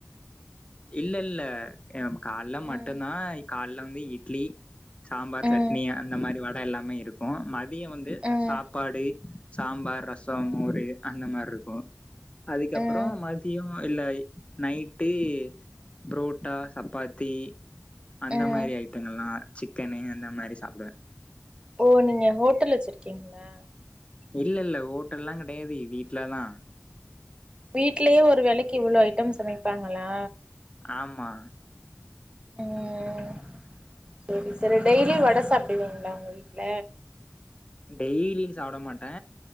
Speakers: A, on the left (about 25°); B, on the right (about 20°).
A: இல்ல இல்ல கால்ல மட்டுனா
B: ம்
A: கால்ல வந்து இட்லி சாம்பார்
B: ம்
A: சட்னி அந்த மாரி வட எல்லாமே இரு உ மதியோ வந்து
B: ம்
A: சாப்பாடு சாம்பார் ரசம்
B: ம்
A: மோரு அந்த மார்ருக் கு அதுக்கப்புறோ
B: ம்
A: மதியோ இல்ல நைட்டு புரோட்டா சப்பாத்தி அந்த
B: ம்
A: மாரி ஐட்டங்கள்லா சிக்கனு அந்த மாரி சாப்டுவே
B: ஓ நீங்க ஹோட்டல் வச்சிருக்கீங்களா
A: இல்லல்ல ஹோட்டல்லாம் கிடையாது வீட்லதா
B: வீட்டுலயே ஒரு வேலைக்கு இவ்ளோ ஐட்டம் சமைப்பாங்களா
A: ஆமா
B: ம் செரி செரி டெய்லி வட சாப்பிடுவீங்களா உங்க வீட்ல
A: டெய்லிக் சாப்ட மாட்டே